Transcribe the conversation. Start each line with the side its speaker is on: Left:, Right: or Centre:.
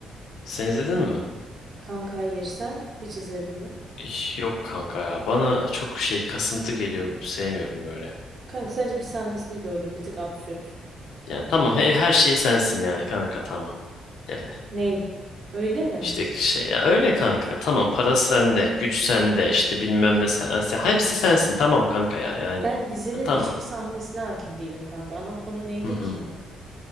Left: Sen izledin mi?
Right: Kanka hayır sen hiç izledin mi?
Left: İş- Yok kanka ya. Bana çok şey kasıntı geliyor. Sevmiyorum böyle.
Right: Kanka sadece bir sahnesini gördüm, bir tık absürt.
Left: Yani tamam he- her şey sensin yani kanka tamam. Yani
Right: Ney? Öyle mi?
Left: İşte şey ya öyle kanka tamam para sende güç sende işte bilmem ne sen, sen- hepsi sensin tamam kanka ya yani
Right: Ben dizinin
Left: Ha, tamam
Right: hiçbir sahnesine hakim değilim kanka. Ana konu neydi
Left: hı hı.
Right: ki?